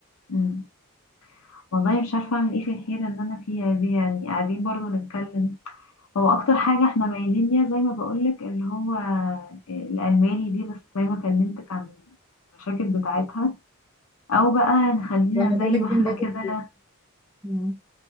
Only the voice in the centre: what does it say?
وانا
بقول لك
زي ما بقولك،
آه،